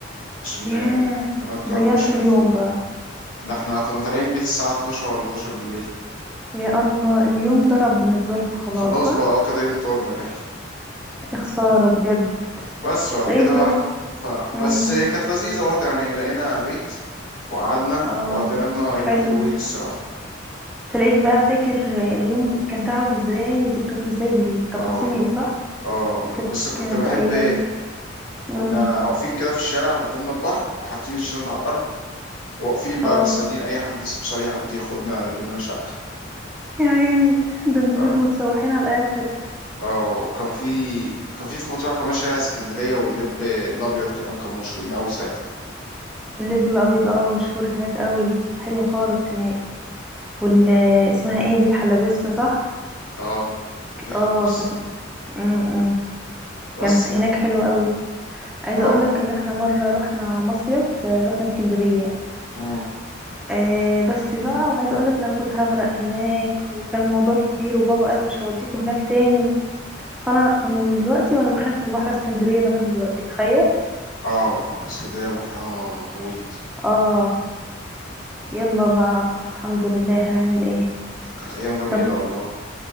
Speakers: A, on the left; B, in the centre.
A: عشان
B: ياه
A: آه، نأجر
B: ضيعتوا
A: ومش عارفين
B: اليوم بقى
A: ده احنا كنا طالعين البيت الساعة 12 ولا 11 بالليل
B: يا الله اليوم ضرب بالنسبة لكم خلاص
A: خلاص
B: صح
A: بقى اه كده يوم طار من الرحلة
B: يا خسارة بجد
A: بس بعد
B: تلاقيك
A: كده بقى
B: بقى
A: ف... بس
B: امم
A: كانت لذيذة برضه يعني لقينا بيت وقعدنا
B: اه
A: وقضينا لنا يومين
B: حلو
A: حلوين الصراحة
B: تلاقيك بقى فاكر اليوم كان تعبه ازاي وذكرياته ازاي بالتفاصيل
A: اه والله
B: صح
A: اه والله
B: كانت
A: بس كنت
B: كانت
A: بحب
B: ايام امم
A: كنا واقفين كده في الشارع قدامنا البحر وحاطين الشنط على الأرض واقفين بقى
B: اه
A: مستنيين أي حد سمسار يعدي ياخدنا يجيب لنا شقة
B: يا عيني ده انتوا
A: اه
B: كنتوا مسوحين على الاخر
A: اه كان في كان في في مطروح كمان شارع اسكندرية واللب الأبيض كمان كانوا مشهورين أوي ساعتها
B: اللب الابيض اه مشهور هناك قوي حلو خالص هناك وال اسمها ايه دي الحلبسه صح
A: اه في حلبس
B: اه كانت امم
A: بس
B: كانت
A: يعني
B: هناك حلوه قوي عايزه
A: اه
B: اقول لك ان احنا مره رحنا مصيف آه، رحنا اسكندريه
A: امم
B: آه بس بقى وعايزه اقول لك ان انا كنت هغرق هناك وكان موضوع كبير وبابا قال مش هوديكوا هناك تاني فانا من دلوقتي وانا بخاف من بحر اسكندرية لغاية دلوقتي تخيل
A: اه اسكندرية بحرها غويط
B: اه يلا بقى الحمد لله هنعمل ايه
A: كانت أيام جميلة
B: طب
A: والله